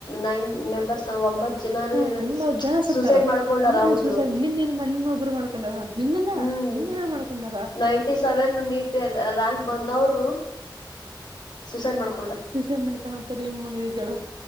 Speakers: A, on the left; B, on the right.
A: ನೈನ್ ಮೆಂಬರ್ಸ್ ಒಂಬತ್ ಜನಾನ
B: ಹ್ಮ
A: ಏನು
B: ಒಂಬತ್ ಜನ ಸತ್ತಾರ
A: ಸೂಸೈಡ್ ಮಾಡ್ಕೊಂಡಾರ
B: ನೀ
A: ಹೌದು
B: ಸೂಸೈಡ್ ನಿನ್ ಇಲ್ ಮನ ಒಬ್ರು ಮಾಡ್ಕೊಂಡಾರ ನಿನ್ನನ
A: ಹ್ಮ್
B: ನಿನ್ನನ ಮಾಡ್ಕೊಂಡಾರ
A: ನೈಂಟಿ ಸೆವೆನ್ ನೀಟ್ ರಕ್ ಬಂದವ್ರು ಸೂಸೈಡ್ ಮಾಡ್ಕ
B: ಸುಸಲ್ ಮಾಡ್ಕೋಂತರಿ ಏನ್ ಮಾಡುದುಗ